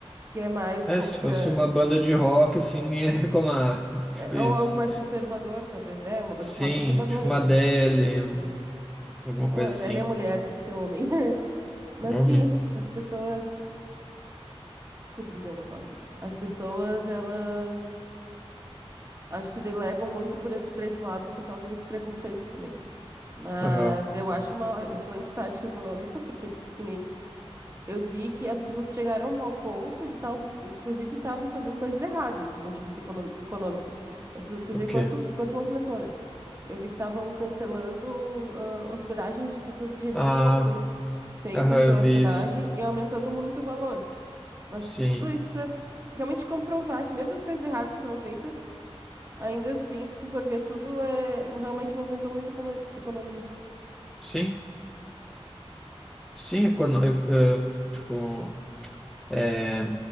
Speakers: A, on the right; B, in the centre.
A: que é mais
B: É,
A: contra.
B: se fosse uma banda de rock, assim, ninguém ia reclamar. <laughs>
A: é-
B: Tipo isso.
A: ou algo mais conservador, talvez. É, uma banda
B: Sim,
A: de rock conservadora
B: tipo uma
A: também.
B: Adele, um- alguma
A: Não,
B: coisa
A: a Adele
B: assim.
A: é mulher, tem que ser homem. <laughs> Mas
B: Nome?
A: sim, as, as pessoas. Desculpa, me deu uma tosse aqui. As pessoas, elas. Acho que daí levam muito por esse, pra esse lado por causa desse preconceito também. Mas
B: Aham.
A: eu acho uma excelente tática econômica, porque que nem eu vi que as pessoas chegaram ao ponto de estar, inclusive, estavam fazendo coisas erradas do ponto de vista econom- econômico. Mas pra tu ver
B: O
A: quanto,
B: quê?
A: quanto movimentou, né? Eu vi que estavam cancelando ah, hospedagens de pessoas que já
B: Ah,
A: tinham fe- feito
B: aham,
A: a sua
B: eu vi
A: hospedagem
B: isso.
A: e aumentando muito o valor. Mas
B: Sim.
A: tudo isso para realmente comprovar que mesmo as coisas erradas que foram feitas, ainda assim, se tu for ver, tudo é realmente movimentou muito a econo- economia.
B: Sim? Sim, é quando, eu- eu, tipo, é,